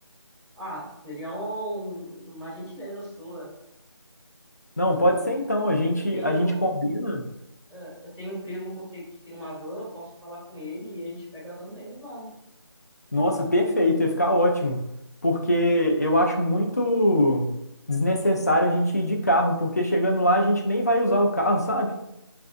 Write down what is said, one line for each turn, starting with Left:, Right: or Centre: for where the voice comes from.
Centre: Ah, seria um- uma gentileza sua.
Left: Não, pode ser então, a gente,
Centre: Eu tenho,
Left: a gente combina.
Centre: eh, eu tenho um primo com te- que tem uma van, eu posso falar com ele e a gente pega a van dele e vamos.
Left: Nossa, perfeito, ia ficar ótimo. Porque eu acho muito desnecessário a gente ir de carro, porque chegando lá a gente nem vai usar o carro, sabe?